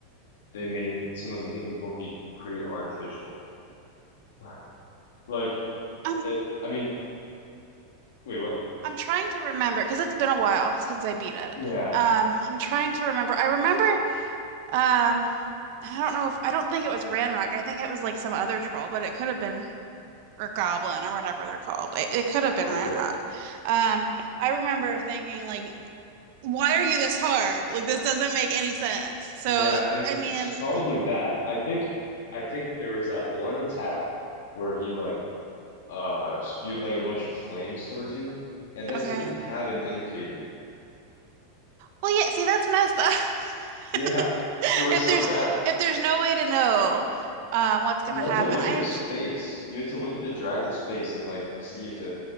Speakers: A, on the left (about 85°); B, on the right (about 50°).
A: they made some of the difficulty pretty artificial. <laughs> Like
B: I'm
A: it, I mean, wait, what?
B: I'm trying to remember because it's been a while since I beat it.
A: Yeah.
B: Um, I'm trying to remember. I remember um I don't know if I don't think it was Ranrock. I think it was like some other troll, but it could have been or Goblin or whatever they're called. It, it could have been
A: Oh
B: Ranrock.
A: yeah.
B: Um, I remember thinking like, why are you this hard? Like this doesn't make any sense. So
A: Yeah, it,
B: I mean,
A: it's probably that. I think I think there was that one attack where he like uh spewed like a bunch of flames towards you, and that
B: okay.
A: didn't have an indicator.
B: Well, yeah, see, that's messed up.
A: Yeah.
B: <laughs>
A: It was
B: If
A: so
B: there's
A: bad.
B: if there's no way to know uh, what's gonna
A: You had
B: happen,
A: to look
B: I
A: at his
B: actually
A: face. You had to look at the dragon's face and like see if it